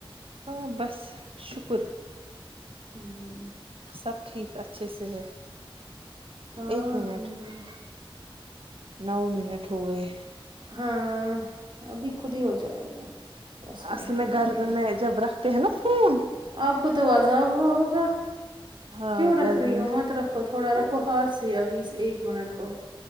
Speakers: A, on the right; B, on the right.
A: ہاں بس شکر
B: ہوں
A: سب ٹھیک اچھے سے ہے
B: ہاں
A: ایک منٹ
B: الحمد للہ
A: نو منٹ ہو گئے
B: ہاں ابھی خود ہی ہو جائے گا دس منٹ
A: اصل
B: کے
A: میں
B: بعد
A: گردن میں جب رکھتے ہے نا فون
B: آپ کو تو عذاب ہوا ہوگا
A: ہاں
B: کیوں رکھ
A: گردن
B: رہی ہو مت رکھو تھوڑا رکھو ہاتھ سے اب اس ایک منٹ کو